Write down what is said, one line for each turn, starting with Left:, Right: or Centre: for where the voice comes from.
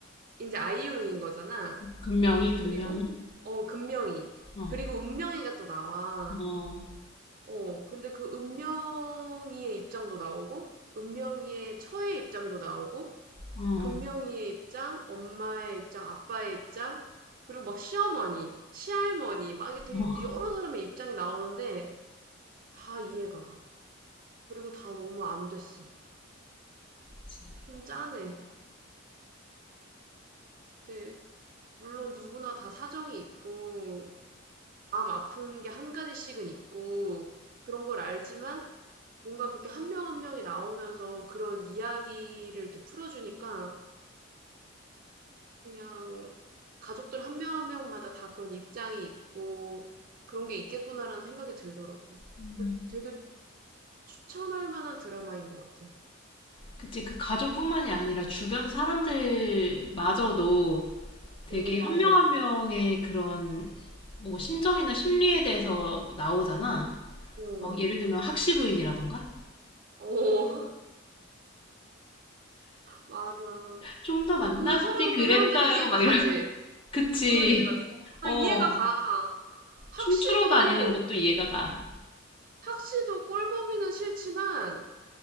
Right: 이제 아이유인 거잖아.
Left: 금명이 금명이
Right: 그리고 어 금명이
Left: 어어어
Right: 그리고 은명이가 또 나와
Left: 어,
Right: 어 근데 그 은명이의 입장도 나오고 은명이의 처의 입장도 나오고
Left: 어,
Right: 금명이의 입장 엄마의 입장 아빠의 입장 그리고 막 시어머니 시할머니 막 이게 되게
Left: 어.
Right: 여러 사람의 입장이 나오는데 다 이해가 가 그리고 다 너무 안 됐어
Left: 그치
Right: 좀 짠해 근데 물론 누구나 다 사정이 있고 마음 아픈 게 한 가지씩은 있고 그런 걸 알지만 뭔가 그렇게 한 명 한 명이 나오면서 그런 이야기를 이렇게 풀어주니까 그냥 가족들 한 명 한 명마다 다 그런 입장이 있고 그런 게 있겠구나라는 생각이 들더라고.
Left: 음,
Right: 되게 추천할 만한 드라마인 것 같아.
Left: 그치 그 가족뿐만이 아니라 주변 사람들마저도 되게
Right: 어, 맞아.
Left: 한 명 한 명의 그런 뭐 심정이나 심리에 대해서 나오잖아
Right: 어,
Left: 막 예를 들면 학시부인이라던가
Right: 어, <laughs> 맞아.
Left: 좀 더
Right: 또
Left: 만나보지
Right: 그 사람은
Left: 그랬어요
Right: 그 사람대로 이해가
Left: 막
Right: 가지.
Left: 이런 <laughs> 그치
Right: 그러니까. 다
Left: 어
Right: 이해가 가. 학시도
Left: 춤추러 다니는 것도 이해가 가
Right: 확실도 꼴 보기는 싫지만